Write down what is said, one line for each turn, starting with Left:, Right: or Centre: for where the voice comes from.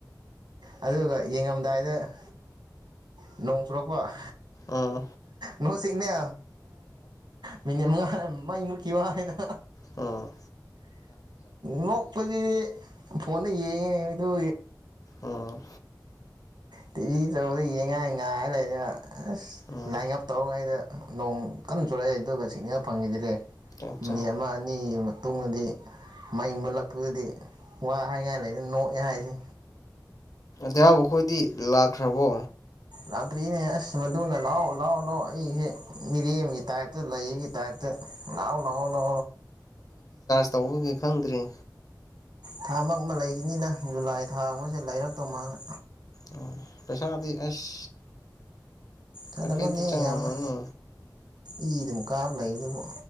Right: ꯑꯗꯨꯒ ꯌꯦꯡꯉꯝꯗꯥꯏꯗ ꯅꯣꯡ ꯆꯨꯔꯛꯄ
Left: ꯎꯝ
Right: ꯅ ꯁꯤꯛꯅꯦ ꯃꯤ ꯃꯉ ꯃꯩ ꯃꯨꯛꯈꯤꯕ ꯍꯥꯏꯅ
Left: ꯑꯣ
Right: ꯅꯣꯛꯄꯁꯤ ꯐꯣꯟꯗ ꯌꯦꯡꯉꯤꯗꯨ
Left: ꯑꯣꯝ
Right: ꯇꯤꯚꯤ ꯇꯧꯕꯗ ꯌꯦꯡꯉꯥꯏ ꯉꯥꯏ ꯂꯩꯗꯅ ꯑꯁ
Left: ꯎꯝ
Right: ꯂꯥꯏꯟ ꯑꯞ ꯇꯧꯔꯤꯉꯩꯗ ꯅꯣꯡ ꯀꯟꯅ ꯆꯨꯔꯛꯑꯦ ꯑꯗꯨꯒ ꯁꯤꯛꯅꯤꯡꯉ ꯐꯪꯉꯤꯗꯔꯦ
Left: ꯑꯠꯆꯥ
Right: ꯃꯤꯅꯤꯠ ꯑꯃ ꯑꯅꯤ ꯃꯇꯨꯡꯨꯡꯗꯗꯤ ꯃꯩ ꯃꯨꯜꯂꯛꯄꯗꯗꯤ ꯋꯥ ꯍꯥꯏꯉꯥꯏ ꯂꯩꯗꯅ ꯅꯣꯛꯑꯦ ꯍꯥꯏꯁꯦ
Left: ꯂꯩꯔꯥꯛꯕ ꯑꯩꯈꯣꯏꯗꯤ ꯂꯥꯛꯈ꯭ꯔꯕꯣ
Right: ꯂꯥꯛꯇ꯭ꯔꯤꯅꯦ ꯑꯁ ꯃꯗꯨꯅ ꯂꯥꯛꯑꯣ ꯂꯥꯛꯑꯣ ꯂꯥꯛꯑꯣ ꯑꯩꯁꯦ ꯃꯤꯔꯦꯝꯒꯤ ꯇꯥꯏꯞꯇ ꯂꯩꯒꯤ ꯇꯥꯏꯞꯇ ꯅꯎꯅꯧꯅꯣ
Left: ꯇꯧꯕꯒꯤꯦ ꯈꯪꯗ꯭ꯔꯔꯤ
Right: ꯊꯥ ꯃ ꯑꯃ ꯂꯩꯈꯤꯅꯤꯅ ꯖꯨꯂꯥꯏ ꯊꯥ ꯑꯃꯁꯦ ꯂꯩꯔꯛꯇꯧ ꯃꯥꯜꯂ
Left: ꯑꯣ ꯄꯩꯁꯥꯗꯤ ꯑꯦꯁ
Right: ꯆꯠꯂꯝꯃꯅꯤ
Left: ꯑ ꯐꯦꯠꯇ ꯆꯉꯃꯅꯤ
Right: ꯌꯥꯝꯅ ꯏ ꯑꯗꯨꯝ ꯀꯥꯞꯕ ꯂꯩ ꯑꯗꯨꯕꯨ